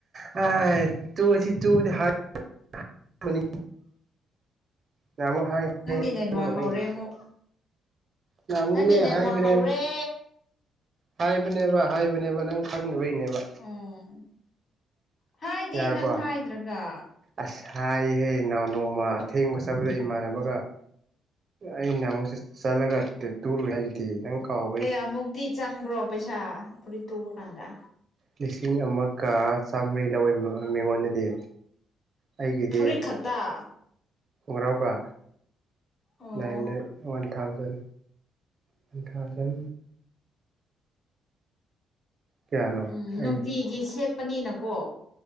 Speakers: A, on the right (about 45°); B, on the left (about 50°).
A: ꯑ ꯇꯨꯁꯤ ꯇ ꯍꯥꯏ ꯄꯨꯅꯤ ꯀꯌꯥꯃꯨꯛ ꯍꯥꯏ
B: ꯅꯪꯒꯤ ꯅꯦꯠꯋꯥꯛ
A: ꯈꯪꯗꯕꯩꯅꯦ
B: ꯍꯧꯔꯦ ꯑꯃꯨꯛ
A: ꯅꯍꯥꯟꯃꯨꯛꯅꯦ
B: ꯅꯪꯒꯤ ꯅꯦꯠꯋꯥꯛ
A: ꯍꯥꯏꯕꯅꯦ
B: ꯍꯧꯔꯦ
A: ꯍꯥꯏꯕꯅꯦꯕ ꯍꯥꯏꯕꯅꯦꯕ ꯅꯪ ꯈꯪꯗꯕꯩꯅꯦꯕ
B: ꯑꯣ ꯍꯥꯏꯗꯤꯦ
A: ꯌꯥꯔꯕꯣ
B: ꯅꯪ ꯍꯥꯏꯗ꯭ꯔꯒ
A: ꯑꯁ ꯍꯥꯏ ꯍꯩ ꯅꯧ ꯅꯣꯡꯃ ꯑꯊꯦꯡꯕ ꯆꯠꯄꯗ ꯏꯃꯥꯟꯅꯕꯒ ꯑꯩꯩꯅ ꯃꯨꯁ ꯆꯠꯂꯒꯦ ꯇꯔ ꯍꯥꯏꯗꯤ ꯅꯪ ꯀꯥꯎ
B: ꯀꯌꯥꯃꯨꯛꯇꯤ ꯆꯪꯕ꯭ꯔꯣ ꯄꯩꯁꯥ ꯐꯨꯔꯤꯠ ꯇꯨꯕ ꯀꯥꯟꯗ
A: ꯂꯤꯁꯤꯡ ꯑꯃꯒ ꯆꯥꯝꯃꯔꯤ ꯂꯧꯋꯦ ꯃꯤꯉꯣꯟꯗꯗꯤ ꯑꯩꯒꯤꯗꯤ
B: ꯐꯨꯔꯤꯠ ꯈꯛꯇ
A: ꯈꯣꯡꯒ꯭ꯔꯥꯎꯒ
B: ꯑꯣ
A: ꯅꯥꯏꯟꯗ ꯋꯥꯟ ꯊꯥꯎꯖꯟ ꯋꯥꯟ ꯊꯥꯎꯖꯟ ꯀꯌꯥꯅꯣ
B: ꯎꯝ
A: ꯑꯩ
B: ꯅꯨꯡꯇꯤꯒꯤ ꯁꯦꯠꯄꯅꯤꯅꯀꯣ